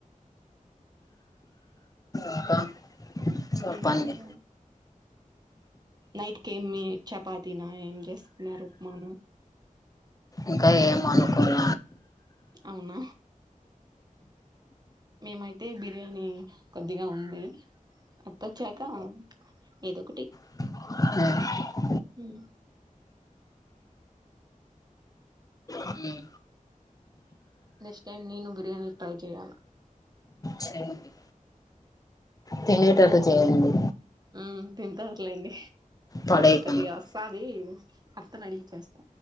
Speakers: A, on the left; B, on the right.
A: ఇంకా చెప్పండి
B: ఎమ్ లెదండి నైట్ క ఏమి చపాతీన ఏం చేసుకున్నారు ఉప్మానా
A: ఇంకా ఏం అనుకోలే
B: అవునా మేమైతే బిర్యానీ కొద్దిగా ఉంది అత్తోచ్చాకా ఏదోకటి
A: హా
B: హ్మ్
A: ఉమ్ ఉమ్
B: నెక్స్ట్ టైమ్ నేను బిర్యానీ ట్రై చెయ్యాల
A: చేయండి తినేటట్టు చేయండి
B: మ్ తింటర్లేండి
A: పడేయకుండా
B: కొద్దిగ అస్తాది అత్తనడిగి చేస్తా